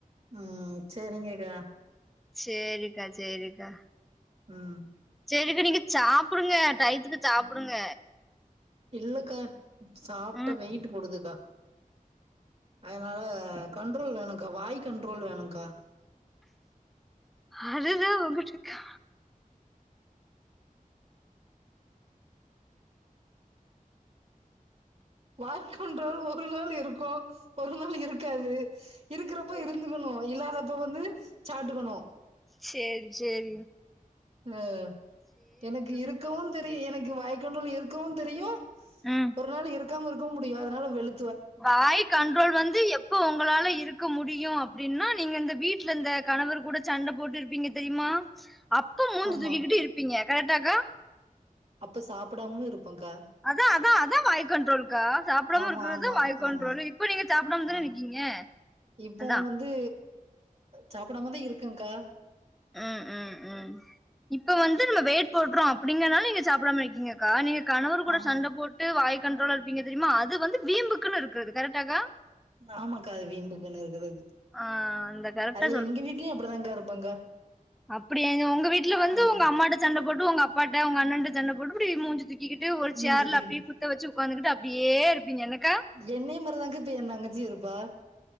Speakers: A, on the right (about 45°); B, in the centre.
A: ம் செரிங்கக்கா
B: சேரிக்கா சேரிக்கா
A: ம்
B: செரிங்க்கா நீங்க சாப்டுங்க டயத்துக்கு சாப்டுங்க
A: இல்லக்கா சாப்ட்டா
B: ம்
A: வெய்ட்டு் போடுதுக்கா அதனால கண்ட்ரோல் வேணுக்கா வாய் கண்ட்ரோல் வேணுங்க்கா
B: அதுதா உங்குட்டு இக்கா
A: வாய் கன்ட்ரோல் ஒரு நாள் இருக்கு ஒரு நாள் இருக்காது இருக்கறப்ப இருந்துக்கணு இல்லாதப்ப வந்து சாப்ட்டுக்கனு
B: சேரி சேரி
A: உ எனக்கு இருக்கவும் தெரி எனக்கு வாய் கண்ட்ரோல் இருக்கவுந் தெரியு
B: ம்
A: ஒரு நாள் இருக்காம இருக்கவு முடியா அதனால வெளு
B: வாய் கண்ட்ரோல் வந்து எ ப்போ உங்களால இருக்க முடியு அப்டினா நீங்க இந்த வீட்ல இந்த கணவர் கூட சண்ட போட்டு இருப்பீங்க தெரிமா அப்ப மூஞ்சு
A: ஆமா
B: தூக்கி கிட்டு இருப்பீங்க கரெக்டாக்கா
A: அப்ப சாப்டாமமு இருப்பங்க்கா
B: அதா அதா அதா வாய் கண்ட்ரோல்க்கா சாப்டாம
A: ஆமா
B: இருக்கறதுதா
A: ஆமா
B: வாய் கண்ட்ரோல்
A: ஆமா
B: இப்ப நீங்க சாப்டாமதான
A: ஆ
B: இருக்கீங்க
A: இப்போ
B: அதான்
A: வந்து சாப்டாமதா இருக்கங்க்கா
B: ம் ம் ம் இப்ப வந்து நம்ம வெயிட் போட்டுறோ அப்டிங்கனால நீங்க சாப்டாம இருக்கீங்கக்கா நீங்க கணவர் கூட
A: ஆமா
B: சண்ட போ ட்டு வாய் கண்ட்ரோலா இருப்பீங்க தெரிமா அது வந்து வீம்புக்குன்னு இருக்கிறது கரெக்டாக்கா
A: ஆமாக்கா அது வீம்புக்குனு இருக்கறது
B: ஆ அந்த கரெக்டா
A: அது எங்க வீட்லயு அப்டிதான்க்கா இருப்பன்க்கா
B: அப்டி உங்க வீட்ல வந்து
A: மூஞ்ச
B: உங்க அம்மாட்ட சண்ட போட்டு உங்க அப்பாட்ட உங்க அண்ணட்ட சண்ட போட்டு இப்டி மூஞ்சு தூ தூக்கி கிட்டு ஒரு
A: மூஞ்ச
B: சேர்ல
A: தூக்கினு
B: அப்டியே குத்த வெச்சு உடக்காந்துகிட்டு அப்டியே இருப்பீங்க என்னக்கா
A: என்னய மாருதாங்க்கா இப்ப என் தங்கச்சி இருப்பா